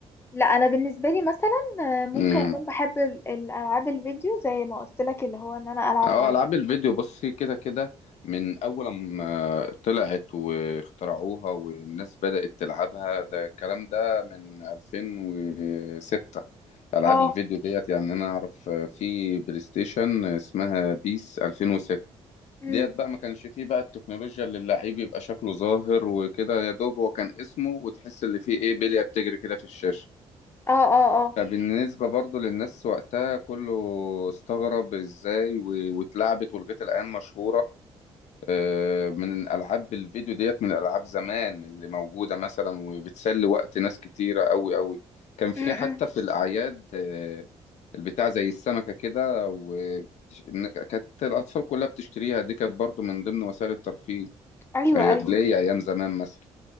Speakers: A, on the left (about 20°); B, on the left (about 70°).
A: لا انا بالنسبة لي مثلا آه، ممكن
B: امم
A: اكون بحب ال- الالعاب الفيديو زي ما قلت لك اللي هو ان انا العب
B: اه
A: عربيات
B: العاب الفيديو بصي كده كده من اول ما طلعت واخترعوها والناس بدات تلعبها ده الكلام ده من 2006 العاب
A: اه
B: الفيديو ديت يعني انا اعرف آه، في بلاي ستيشن اسمها بيس 2006
A: مم.
B: ديت بقى ما كانش فيه بقى التكنولوجيا اللي اللعيب يبقى شكله ظاهر وكده يا دوب هو كان اسمه وتحس اللي فيه ايه بلية بتجري كده في الشاشة
A: اه اه اه
B: فبالنسبة برضو للناس وقتها كله استغرب ازاي و- واتلعبت ولغاية الآن مشهورة آه، من ألعاب الفيديو ديت من ألعاب زمان اللي موجودة مثلا وبتسلي وقت ناس كتيرة أوي أوي كان في
A: مم. مم.
B: حتى في الأعياد آه، البتاع زي السمكة كده و- بتش- كانت الأطفال كلها بتشتريها دي كانت برضو من ضمن وسائل الترفيه
A: ايوه
B: أي-
A: ايوه
B: ليا ايام زمان مثلا